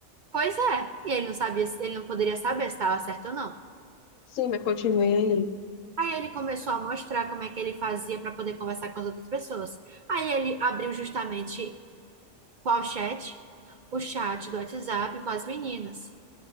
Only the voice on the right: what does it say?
Pois é, e ele não sabia, se- ele não poderia saber se estava certo ou não.
Aí ele começou a mostrar como é que ele fazia para poder conversar com as outras pessoas. Aí ele abriu justamente qual chat? O chat do WhatsApp com as meninas.